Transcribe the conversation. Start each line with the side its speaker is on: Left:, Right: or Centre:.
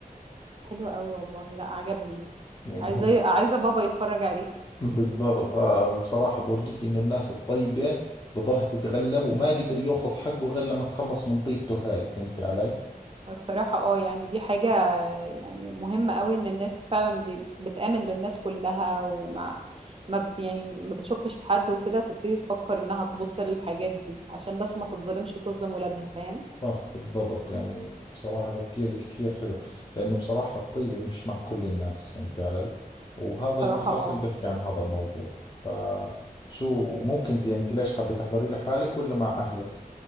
Right: حلوه قوي والله لا عجبني
Left: يعني
Right: عايزه
Left: هو
Right: عايزه بابا يتفرج عليه
Left: بالضبط اه وبصراحة بورجيك انه الناس الطيبة بضلها تتغلب وما قدر ياخذ حقه غير لما تخلص من طيبته هاي فهمت علي؟
Right: الصراحه اه يعني دي حاجه يعني مهم قوي ان الناس فعلا اللي بتآمن للناس كلها ومع ما ب- يعني ما بتشكش في حد وكده تبتدي تفكر انها تبص للحاجات دي عشان بس ما تتظلمش وتظلم ولادها فاهم
Left: صح بالضبط يعني بصراحة تفكيرك كثير حلو لأنه بصراحة الطيبة مش مع كل الناس فهمت علي؟ وهذا
Right: صراحة
Left: المسلسل
Right: اه
Left: بيحكي عن هذا الموضوع فشو ممكن ت- يعني انت ليش حابة تحضري لحالك ولا مع أهلك؟